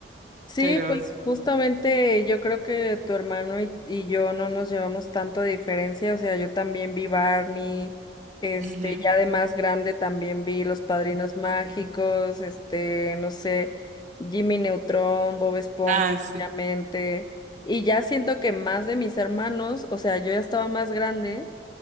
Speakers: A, on the left (about 25°); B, on the right (about 45°).
A: Sí,
B: pero
A: pues justamente yo creo que tu hermano y, y yo no nos llevamos tanto de diferencia. O sea, yo también vi Barney, este,
B: ujú.
A: ya de más grande también vi Los Padrinos Mágicos, este, no sé, Jimmy Neutron, Bob Esponja,
B: Ah, sí.
A: obviamente. Y ya siento que más de mis hermanos, o sea, yo ya estaba más grande.